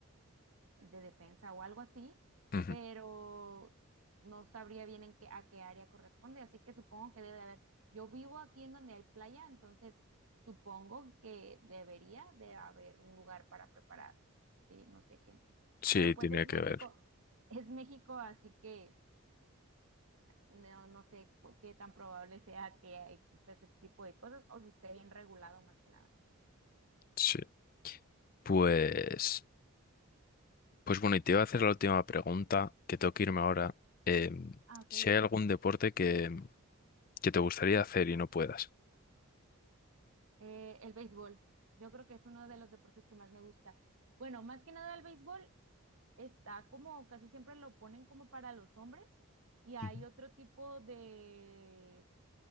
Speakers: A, on the right (about 70°); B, on the left (about 40°).
A: de defensa o algo así,
B: Ujú.
A: pero no sabría bien en qué, a qué área corresponde, así que supongo que debe de haber. Yo vivo aquí en donde hay playa, entonces supongo que debería de haber un lugar para preparar, eh, no sé, gente.
B: Sí,
A: Pero pues
B: tiene
A: es México,
B: que ver.
A: es México, así que no, no sé cu- qué tan probable sea que exista ese tipo de cosas o si esté bien regulado más que nada.
B: Sí. Pues, pues bueno, y te iba a hacer la última pregunta, que tengo que irme ahora. Em,
A: Ah, ok.
B: si hay algún deporte que, que te gustaría hacer y no puedas.
A: Eh, el béisbol. Yo creo que es uno de los deportes que más me gusta. Bueno, más que nada el béisbol está como casi siempre lo ponen como para los hombres y hay
B: Ujú.
A: otro tipo de,